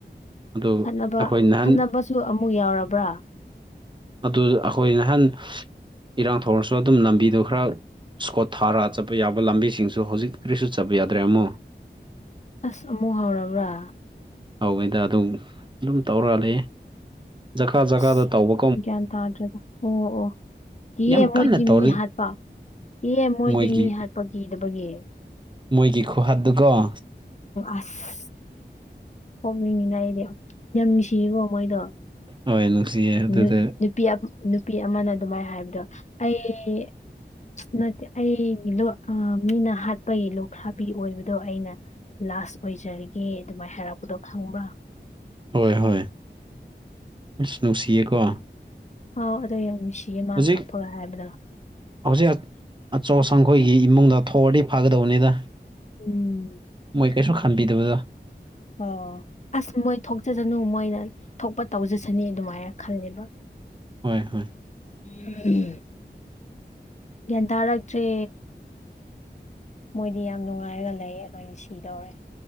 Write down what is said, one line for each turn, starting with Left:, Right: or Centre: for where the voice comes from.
Right: ꯑꯗꯨ
Left: ꯈꯠꯅꯕ
Right: ꯑꯩꯈꯣꯏ ꯅꯍꯥꯟ
Left: ꯈꯠꯅꯕꯁꯨ ꯑꯃꯨꯛ ꯌꯥꯎꯔꯕ꯭ꯔꯥ
Right: ꯑꯗꯨ ꯑꯩꯈꯣꯏ ꯅꯍꯥꯟ ꯏꯔꯥꯡ ꯊꯧꯔꯁꯨ ꯑꯗꯨꯝ ꯂꯝꯕꯤꯗꯣ ꯈꯔ ꯁ꯭ꯀꯣꯊꯥꯔꯥ ꯆꯠꯄ ꯌꯥꯕ ꯂꯝꯕꯤꯁꯤꯡꯁꯨ ꯍꯧꯖꯤꯛ ꯀꯔꯤꯁꯨ ꯆꯠꯄ ꯌꯥꯗ꯭ꯔꯦ ꯑꯃꯃꯣꯛ
Left: ꯑꯁ ꯑꯃꯨꯛ ꯍꯧꯔꯕ꯭ꯔꯥ
Right: ꯍꯋꯦꯗ ꯑꯗꯨ ꯑꯗꯨꯝ ꯇꯧꯔ ꯂꯩ ꯖꯒꯥ ꯖꯒꯥꯗ
Left: ꯑꯁ
Right: ꯇꯧꯕ
Left: ꯒ꯭ꯌꯥꯟ ꯇꯥꯗ꯭ꯔꯒ ꯑꯣ ꯑꯣ
Right: ꯌꯥꯝ
Left: ꯌꯦ ꯃꯣꯏꯗꯤ
Right: ꯀꯟꯅ ꯇꯧꯔꯤ
Left: ꯃꯤ ꯍꯥꯠꯄ ꯏ ꯃꯣꯏꯗꯤ
Right: ꯃꯣꯏꯒꯤ
Left: ꯃꯤ ꯍꯥꯠꯄ ꯀꯤꯗꯕꯒꯤ
Right: ꯃꯣꯏꯒꯤ ꯈꯨꯍꯥꯠꯗꯨꯨꯀ‌ꯣ
Left: ꯑꯁ ꯄꯣꯛꯅꯤꯡꯉꯅ ꯑꯩꯗꯤ ꯌꯥꯝ ꯅꯨꯡꯁꯤꯌꯦꯀꯣ ꯃꯣꯏꯗꯣ
Right: ꯍꯣꯏ ꯅꯨꯡꯁꯤꯌꯦ ꯑꯗꯨꯗ
Left: ꯅꯨ ꯅꯨꯄꯤ ꯅꯨꯄꯤ ꯑꯃꯅ ꯑꯗꯨꯃꯥꯏꯅ ꯍꯥꯏꯕꯗꯣ ꯑꯩ ꯅꯠꯇꯦ ꯑꯩꯒꯤ ꯑ ꯃꯤꯅ ꯍꯥꯠꯄꯒꯤ ꯂꯣꯛꯈ꯭ꯔꯥꯕꯤ ꯑꯣꯏꯕꯗꯣ ꯑꯩꯅ ꯂꯥꯁ ꯑꯣꯏꯖꯔꯒꯦ ꯑꯗꯨꯃꯥꯏꯅ ꯍꯥꯏꯔꯛꯄꯗꯣ ꯈꯪꯕ꯭ꯔꯥ
Right: ꯍꯣꯏ ꯍꯣꯏ ꯑꯁ ꯅꯨꯡꯁꯤꯌꯦꯀꯣ
Left: ꯑ ꯑꯗꯣ ꯌꯥꯝ ꯅꯨꯡꯁꯤꯌꯦ ꯃꯥ
Right: ꯍꯧꯖꯤꯛ
Left: ꯀꯞꯄꯒ ꯍꯥꯏꯕꯗꯣ
Right: ꯍꯧꯖꯤꯛ ꯑꯆꯧꯁꯪꯈꯣꯏꯒꯤ ꯏꯃꯨꯡꯗ ꯊꯑꯗꯤ ꯐꯥꯒꯗꯕꯅꯤꯗ
Left: ꯎꯝ
Right: ꯀꯩꯁꯨ ꯈꯟꯕꯤꯗꯕꯗꯣ
Left: ꯑꯣ ꯑꯁ ꯃꯣꯏ ꯊꯣꯛꯆꯁꯅꯨ ꯃꯣꯏꯅ ꯊꯣꯛꯄ ꯇꯧꯖꯁꯅꯤ ꯑꯗꯨꯃꯥꯏꯅ ꯈꯜꯂꯦꯕ
Right: ꯍꯣꯏ ꯍꯣꯏ
Left: ꯎꯝ ꯒ꯭ꯌꯥꯟ ꯇꯥꯔꯛꯇ꯭ꯔꯦ ꯃꯣꯏꯗꯤ ꯌꯥꯝ ꯅꯨꯡꯉꯥꯏꯔꯒ ꯂꯩ ꯑꯩꯈꯣꯏ ꯁꯤꯗꯧꯔꯦ